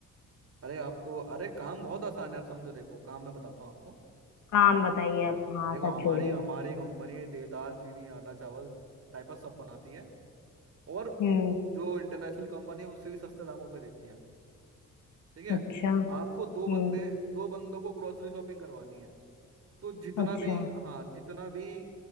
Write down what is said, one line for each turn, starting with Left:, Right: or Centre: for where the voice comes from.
Right: अरे आपको अरे काम बहुत आसान है आप समझो देखो काम मैं बताता हूँ आपको
Left: काम बताइए
Right: हाँ
Left: आप हाँ
Right: देखो
Left: सब
Right: हमारी
Left: छोड़िए
Right: हमारी कंपनी दे दाल चीनी आटा चावल डायपर सब बनाती है और
Left: हम्म
Right: जो इंटरनेशनल कंपनी है उससे भी सस्ते दामों पे देती है ठीक है
Left: अच्छा
Right: आपको दो
Left: हम्म
Right: बंदे दो बंदों को ग्रोसरी शॉपिंग करवानी है तो जितना
Left: अच्छा
Right: भी हाँ जितना भी